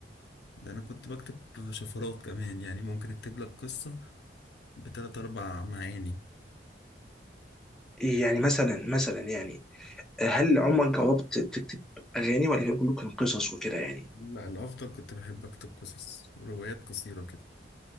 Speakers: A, on the left (about 65°); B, in the centre.
A: ده انا كنت بكتب شفرات كمان يعني ممكن اكتب لك قصة بتلات اربع معاني
B: يعني مثلا مثلا يعني هل عمرك جربت تكتب اغاني ولا كان كله كان قصص وكده يعني؟
A: لا الافضل كنت بحب اكتب قصص وروايات قصيرة كده